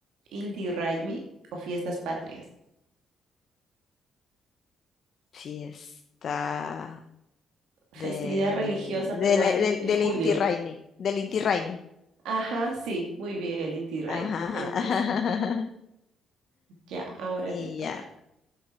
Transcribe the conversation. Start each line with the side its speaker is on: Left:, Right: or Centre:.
Right: Inti Raymi o fiestas patrias.
Left: Fiesta
Right: Festividad
Left: de,
Right: religiosa peruana
Left: de la- del,
Right: en
Left: del
Right: julio.
Left: Inti Raymi, del Inti Raymi.
Right: Ajá, sí, muy bien, el Inti Raymi,
Left: Ajá.
Right: el Cusco.
Left: <laughs>
Right: Ah, Ya, ahora
Left: Y
Right: te toca.
Left: ya,